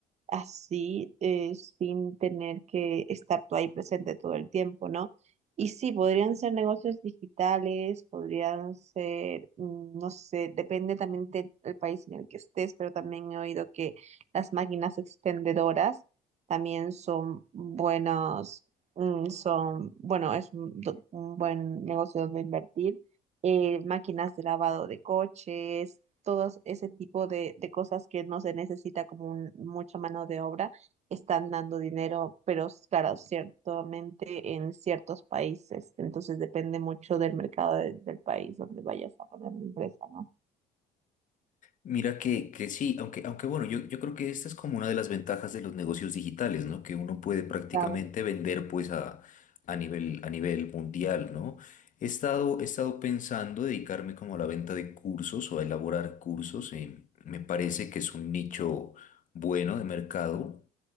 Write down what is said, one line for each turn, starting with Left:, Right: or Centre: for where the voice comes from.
Right: así eh, sin tener que estar tú ahí presente todo el tiempo, ¿no? Y sí, podrían ser negocios digitales, podrían ser, mm, no sé, depende también de- del país en el que estés, pero también he oído que las máquinas expendedoras también son buenos, mm, son, bueno, es un, do- un buen negocio donde invertir. eh, máquinas de lavado de coches, todos ese tipo de, de cosas que no se necesita como un- mucha mano de obra, están dando dinero, pero claro, ciertamente en ciertos países. Entonces depende mucho del mercado de- del país donde vayas a poner la empresa, ¿no?
Left: Mira que, que sí, aunque, aunque bueno, yo, yo creo que esta es como una de las ventajas de los negocios digitales, ¿no? Que uno puede prácticamente
Right: Claro.
Left: vender pues a, a nivel, a nivel mundial, ¿no? He estado, he estado pensando dedicarme como a la venta de cursos o a elaborar cursos. eh, me parece que es un nicho bueno de mercado.